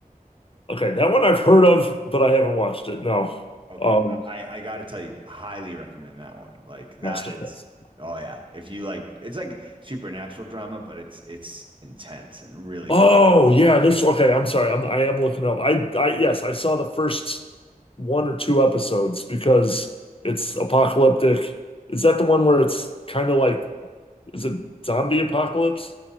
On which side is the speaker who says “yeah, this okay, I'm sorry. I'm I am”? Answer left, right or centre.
Left